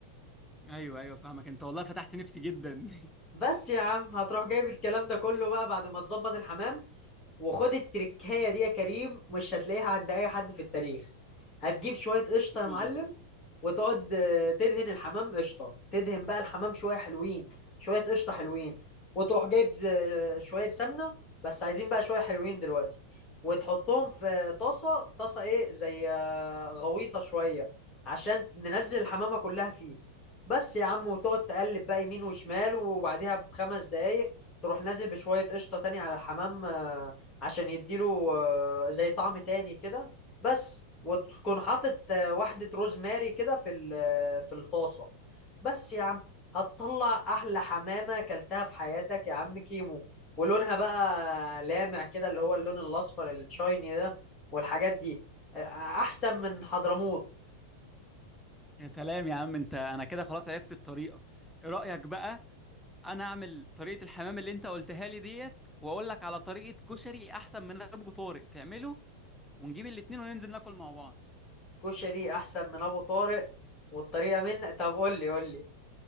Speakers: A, in the centre; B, on the left.
A: ايوه ايوه فاهمك انت والله فتحت نفسي جدا
B: بس يا عم هتروح جايب الكلام ده كله بقى بعد ما تظبط الحمام وخد التركايه دي يا كريم مش هتلاقيها عند اي حد في التاريخ هتجيب شويه قشطه
A: <laughs>
B: يا
A: قول.
B: معلم وتقعد آه، تدهن الحمام قشطه تدهن بقى الحمام شويه حلوين شويه قشطه حلوين وتروح جايب آه، شويه سمنه بس عايزين بقى شويه حلوين دلوقتي وتحطهم في طاسه طاسه ايه زي آه، غويطه شويه عشان ننزل الحمامه كلها فيه بس يا عم وتقعد تقلب بقى يمين وشمال وبعديها بخمس دقايق تروح نازل بشويه قشطه تاني على الحمام آه، عشان يديله آه، زي طعم تاني كده بس وتكون حاطط آه، واحدة روزماري كده في ال- آه، في الطاسة بس يا عم هتطلع أحلى حمامة أكلتها في حياتك يا عم كيمو ولونها بقى لامع كده اللي هو اللون الأصفر التشايني ده والحاجات دي آه، أحسن من حضرموت
A: يا سلام يا عم انت انا كده خلاص عرفت الطريقه ايه رايك بقى انا اعمل طريقه الحمام اللي انت قلتها لي ديت واقول لك على طريقه كشري احسن من ابو طارق تعمله ونجيب الاتنين وننزل ناكل مع بعض
B: كشري أحسن من أبو طارق والطريقة من طب قول لي قول لي